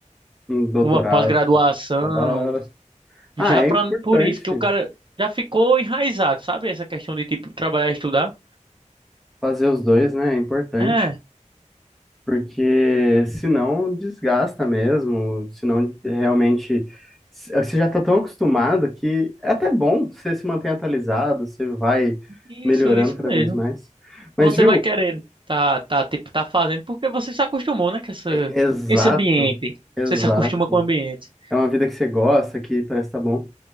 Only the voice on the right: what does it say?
uma pós-graduação,
já
pra,
por isso que o cara já ficou enraizado, sabe? Essa questão de tipo trabalhar e estudar.
É,
isso,
isso
mesmo.
Você
vai querendo, tá, tá, tipo, tá fazendo porque você se acostumou, né, com essa,
esse ambiente.
Você se acostuma com o ambiente.